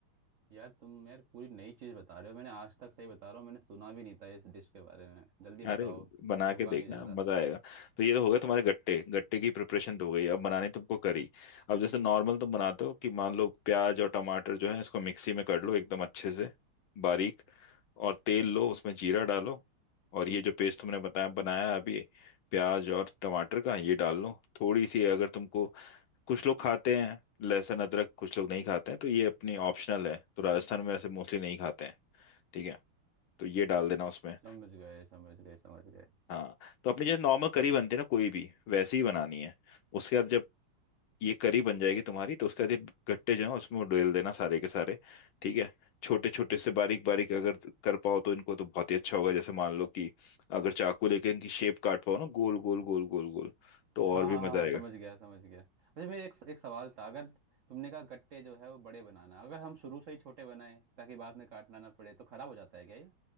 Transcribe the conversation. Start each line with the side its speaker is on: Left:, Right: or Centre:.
Right: यार तुम यार पूरी नई चीज़ बता रहे हो मैंने आज तक सही बता रहा हूँ मैंने सुना भी नहीं था इस डिश के बारे में जल्दी बताओ
Left: अरे बना
Right: अब रुका
Left: के देखना
Right: नहीं जा रहा
Left: मजा आएगा तो ये तो हो गया तुम्हारे गट्टे गट्टे की प्रिपरेशन तो हो गई अब बनानी तुमको करी अब जैसे नॉर्मल तुम बनाते हो कि मान लो प्याज और टमाटर जो है इसको मिक्सी में कर लो एकदम अच्छे से बारीक और तेल लो उसमें जीरा डालो और ये जो पेस्ट तुमने बताया बनाया अभी प्याज और टमाटर का ये डाल लो थोड़ी सी अगर तुमको कुछ लोग खाते हैं लहसुन अदरक कुछ लोग नहीं खाते हैं तो ये अपनी ऑप्शनल है तो राजस्थान में ऐसे मोस्टली नहीं खाते हैं ठीक है तो ये डाल देना उसमें
Right: समझ गए समझ गए समझ गए
Left: हाँ तो अपनी जैसे नॉर्मल करी बनती है ना कोई भी वैसी ही बनानी है उसके बाद जब ये करी बन जाएगी तुम्हारी तो उसके बाद ये गट्टे जो है उसमें वो डाल देना सारे के सारे ठीक है छोटे छोटे से बारीक बारीक अगर कर पाओ तो इनको तो बहुत ही अच्छा होगा जैसे मान लो कि अगर चाकू लेके इनकी शेप काट पाओ ना गोल गोल गोल गोल गोल तो
Right: हाँ
Left: और भी
Right: हाँ हाँ
Left: मजा
Right: हाँ,
Left: आएगा
Right: समझ गया समझ गया मुझे मेरे एक एक सवाल था अगर तुमने कहा गट्टे जो है वो बड़े बनाना अगर हम शुरू से ही छोटे बनाए ताकि बाद में काटना ना पड़े तो खराब हो जाता है क्या ये